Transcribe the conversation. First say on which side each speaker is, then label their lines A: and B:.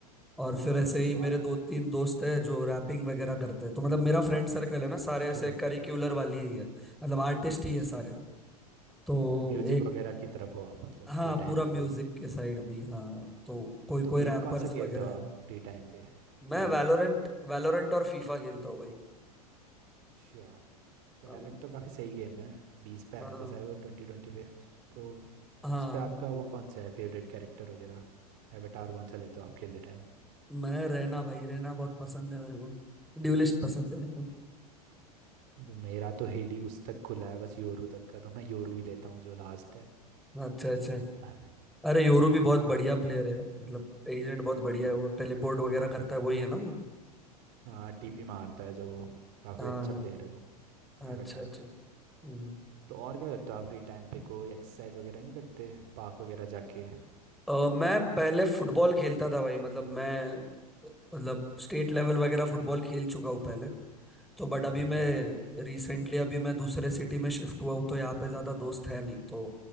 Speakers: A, in the centre; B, on the right (about 55°).
A: और फिर ऐसे ही
B: तो
A: मेरे
B: आप
A: दो तीन दोस्त हैं जो रैपिंग वगैरह करते हैं तो मतलब मेरा फ्रेंड सर्कल है ना सारे
B: अच्छा
A: ऐसे करिकुलर वाली ही है मतलब आर्टिस्ट
B: अच्छा
A: ही है सारे तो
B: तो म्यूजिक
A: एक
B: वगैरह की तरफ हो आप मतलब
A: हाँ
B: फ्री टाइम
A: पूरा म्यूजिक
B: पे वही करते
A: के साइड
B: हो
A: में ही हाँ तो कोई
B: तो
A: कोई
B: गेम
A: रैपर्स
B: कौन सा
A: वगैरह
B: खेलते हो आप
A: है
B: फ्री टाइम पे
A: मैं
B: गेमिंग
A: वैलोरेंट वैलोरेंट और फीफा खेलता हूँ भाई
B: अच्छा वैलेंट
A: हाँ
B: तो काफ़ी सही गेम है बीस पे आया
A: हाँ
B: था शायद वो ट्वेंटी ट्वेंटी पे तो
A: हाँ
B: उस पे आपका
A: तभी
B: वो कौन सा है फेवरेट कैरेक्टर वगैरह एवेटार कौन सा लेते हो आप खेलते टाइम
A: मैं रहना भाई रहना बहुत पसंद है मेरे को ड्यूलिस्ट पसंद है मेरे को
B: वो मेरा तो हेडी उस तक खुला है बस योरू तक का तो मैं योरू ही लेता हूँ जो लास्ट है
A: <laughs> अच्छा अच्छा
B: <laughs>
A: अरे योरू भी बहुत बढ़िया प्लेयर है मतलब एजेंट बहुत बढ़िया है वो टेलीपोर्ट वगैरह करता है वही है ना वो
B: हाँ टीपी मारता है जो वो काफ़ी
A: हाँ
B: अच्छा
A: हाँ,
B: प्लेयर है वो एवेटार
A: अच्छा अच्छा हम्म।
B: तो और क्या करते हो आप फ्री टाइम पे कोई एक्सरसाइज वगैरह नहीं करते पार्क वगैरह जाके
A: अ, मैं पहले फुटबॉल खेलता था भाई मतलब मैं मतलब स्टेट लेवल वगैरह फुटबॉल खेल चुका हूँ पहले तो बट
B: अरे
A: अभी
B: बढ़िया
A: मैं रिसेंटली अभी मैं दूसरे सिटी में शिफ्ट हुआ हूँ तो यहाँ पे ज्यादा दोस्त है नहीं तो